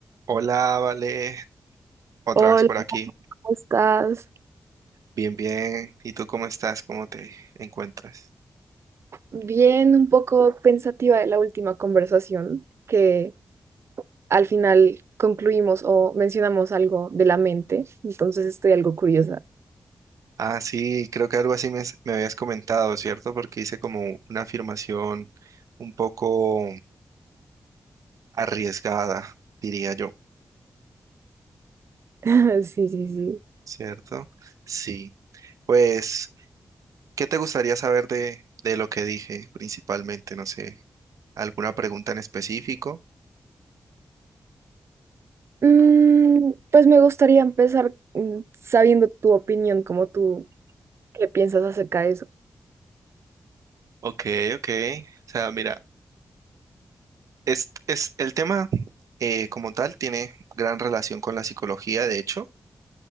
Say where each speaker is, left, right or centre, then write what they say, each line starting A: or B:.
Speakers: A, on the right; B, on the right.
A: Hola, Vale, otra
B: Hola,
A: vez por aquí.
B: ¿cómo estás?
A: Bien, bien. ¿Y tú cómo estás? ¿Cómo te encuentras?
B: Bien, un poco pensativa de la última conversación, que al final concluimos o mencionamos algo de la mente, entonces estoy algo curiosa.
A: Ah, sí, creo que algo así me, me habías comentado, ¿cierto? Porque hice como una afirmación un poco arriesgada, diría yo,
B: <laughs> Sí, sí, sí.
A: ¿cierto? Sí. Pues, ¿qué te gustaría saber de, de lo que dije principalmente? No sé, ¿alguna pregunta en específico?
B: Mm, pues me gustaría empezar mm, sabiendo tu opinión, como tú, qué piensas acerca de eso.
A: Ok, ok. O sea, mira. Es, es, el tema eh, como tal tiene gran relación con la psicología, de hecho,